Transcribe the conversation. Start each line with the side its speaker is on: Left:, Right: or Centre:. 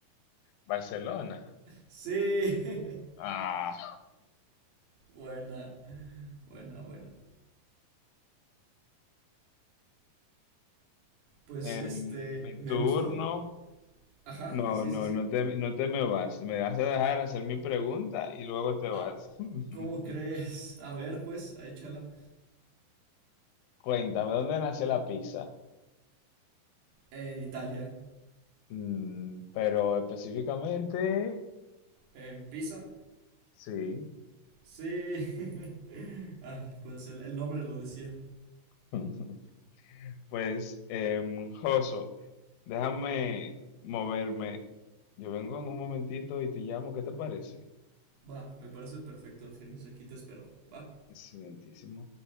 Left: Barcelona.
Right: Sí. <laughs>
Left: Ah,
Right: Buena, buena, buena. Pues
Left: en
Right: este,
Left: mi
Right: me
Left: turno.
Right: gustó. Ajá,
Left: No,
Right: sí,
Left: no,
Right: sí, sí.
Left: no te, no te me vas. Me vas a dejar hacer mi pregunta y luego te vas.
Right: Ah,
Left: <laughs>
Right: ¿cómo crees? A ver, pues, ahí chala.
Left: Cuéntame, ¿dónde nació la pizza?
Right: En Italia,
Left: Mm, pero específicamente,
Right: en Pisa.
Left: sí.
Right: Sí. <laughs> Ay, pues el, el nombre lo decía.
Left: <laughs> Pues, em, Joso, déjame moverme. Yo vengo en un momentito y te llamo. ¿Qué te parece?
Right: Va, me parece perfecto, Argenis. Aquí te espero. Va.
Left: Excelentísimo.